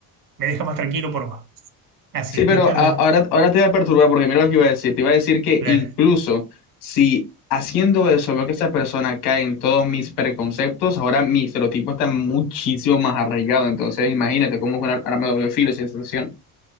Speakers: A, on the right; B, on the left.
A: me deja más tranquilo por vos. Así,
B: Sí,
A: déjalo.
B: pero a-
A: ahí.
B: ahora, ahora te voy a perturbar porque mira lo que iba a decir. Te iba a decir que
A: Claro.
B: incluso si haciendo eso veo que esa persona cae en todos mis preconceptos, ahora mi estereotipo está muchísimo más arraigado. Entonces, imagínate cómo que ahora ahora me doble filo esa situación.